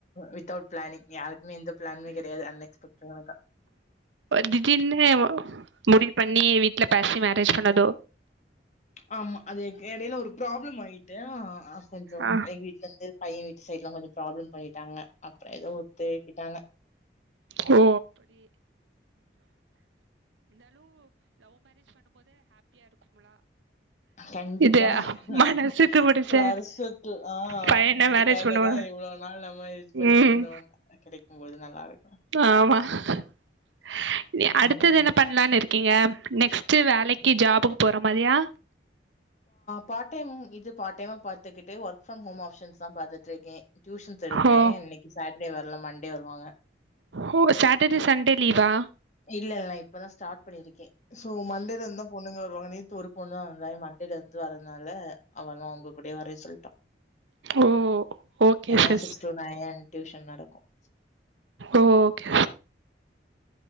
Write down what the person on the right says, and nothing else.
தீடிரினு முடிவு பண்ணி வீட்ல பேக் மேரேஜ் பண்ணதோ
ஆ
ஓ
இது
மனசுக்கு புடிச்ச
பையன
மேரேஜ் பண்ணுவோ
ம்
ஆமா <unintelligible>
இருக்கீங்க நெக்ஸ்ட் வேலைக்கு ஜாபுக்கு போற மாரியா
ஓ
ஓ சாட்டர்டே சண்டே லீவா
ஓ ஓகே
சிஸ்
ஓ ஓகே